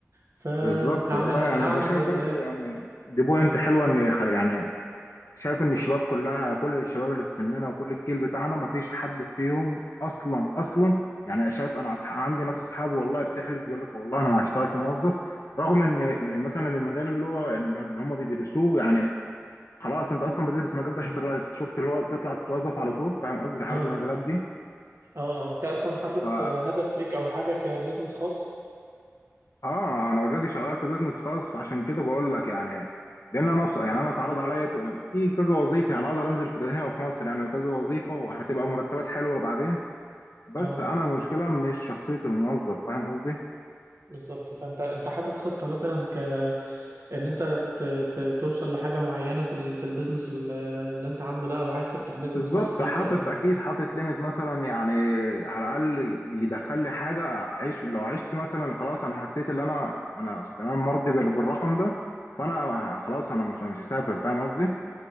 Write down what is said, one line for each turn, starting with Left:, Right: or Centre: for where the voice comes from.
Right: فهعمل
Left: بالظبط والله
Right: ده
Left: يعني
Right: هعمل
Left: هو شايف
Right: ده ازاي
Left: برضو يعني دي بوينت
Right: اه
Left: حلوه ان خل- يعني شايف ان الشباب كلها كل الشباب اللي في سننا وكل الجيل بتاعنا مفيش حد فيهم اصلا اصلا يعني شايف انا أصح... عندي ناس اصحابي والله بتحلف يقول لك والله انا ما هشتغل في موظف رغم ان مثلا المجال اللي هو اللي هم بيدرسوه يعني خلاص انت اصلا بتدرس المجال ده عشان تطلع شفت اللي هو تطلع تتوظف على طول فاهم قصدي عارف
Right: اه
Left: المجالات دي
Right: اه اه انت اصلا حاطط
Left: فا
Right: هدف ليك او حاجه كبزنس خاص
Left: اه انا اوريدي شغال في بيزنس خاص فعشان كده بقول لك يعني لان انا بص... يعني انا اتعرض عليا ك- يعني في كذا وظيفه يعني اقدر انزل في هنا في مصر يعني كذا وظيفه وهتبقى مرتبات حلوه بعدين بس
Right: اه
Left: انا المشكله مش شخصيه الموظف فاهم قصدي
Right: بالظبط فانت انت حاطط خطة مثلا ك ان انت ت... ت... توصل لحاجة معينة في ال... في البيزنس ال- اللي انت عامله ده او عايز تفتح
Left: بالظبط
Right: بيزنس خاص ليك
Left: حاطط
Right: او
Left: اكيد حاطط ليميت مثلا يعني على الاقل بيدخل لي حاجه اعيش لو عشت مثلا خلاص انا حسيت ان انا انا تمام مرضي بال- بالرقم ده فانا خلاص انا مش مش هسافر فاهم قصدي